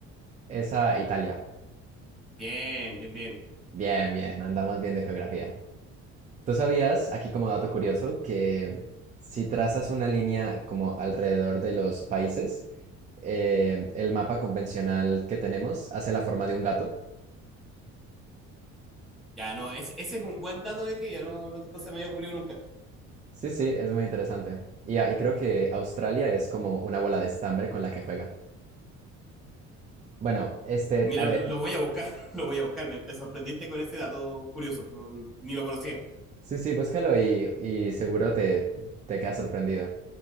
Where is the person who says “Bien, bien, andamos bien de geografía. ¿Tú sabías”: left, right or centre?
Right